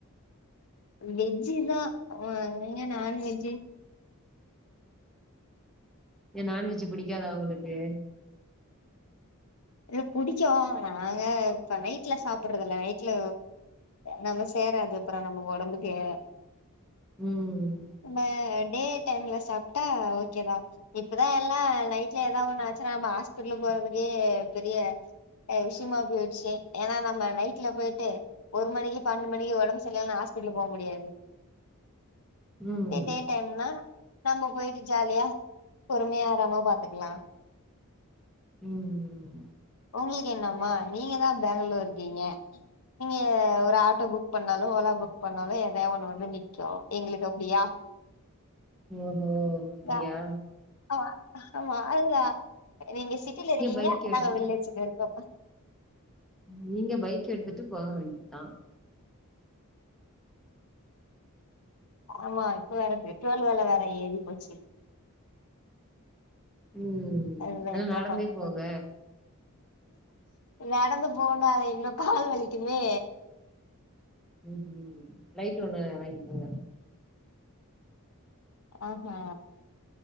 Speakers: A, on the left; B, in the centre.
A: வெஜ்ஜிதா ஆ எங்க நான்வெஜ்ஜி
B: ஏ நான்வெஜ்ஜி பிடிக்காதா அவுங்களுக்கு
A: இல்ல புடிக்கு நாங்க இப்ப நைட்ல சாப்டறது இல்ல நைட்ல நம்ம சேராது அப்றோ நம்ம ஒடம்புக்கே
B: ம்ம்
A: நா டே டைம்ல சாப்ட்டா ஓக்கேதா இப்பதா எல்லா நைட்ல ஏதாவொண்ணு ஆச்சுன்னா நா ஹாஸ்பிட்டல்லுக் போறதுக்கே பெரிய அ விஷ்யமா போய்ருச்சு ஏனா நம்ம நைட்ல போய்ட்டு ஒரு மணிக்கி பன்னண்டு மணிக்கி ஒடம்பு சர்லனு ஹாஸ்பிட்டலு போ முடியாது
B: ம்
A: இதே டே டைம்னா நம்ம போயிட்டு ஜாலியா பொறுமையா ஆராம பாத்துக்குலா
B: ம்
A: உங்குளுக்கு என்னம்மா நீங்க தா பெங்களூர் இருக்கீங்க நீங்க ஒரு ஆட்டோ புக் பண்ணாலு ஓலா புக் பண்ணாலு ஏதாது ஒன்னு வந்து நிக்கு எங்களுக்கு அப்டியா
B: ஓஹோ அப்டியா
A: யா ஆமா ஆமா அதுதா நீங்க சிட்டில இருக்கீங்க
B: பைக் எடுத்துட்டு
A: நாங்க வில்லேஜ்ல இருக்கோ
B: நீங்க பைக் எடுத்துட்டு போக வேண்டியதுதா
A: ஆமா இப்ப வேற பெட்ரோல் வெல வேற ஏறி போச்சு
B: ம்
A: அதுதா
B: ஆனா
A: என்ன
B: நடந்தே
A: பண்றது
B: போங்க
A: நடந்து போனா இன்னு கால் வலிக்குமே
B: ம் ம் பிலைட் ஒண்ணு வாங்கி கோங்க
A: ஆஹா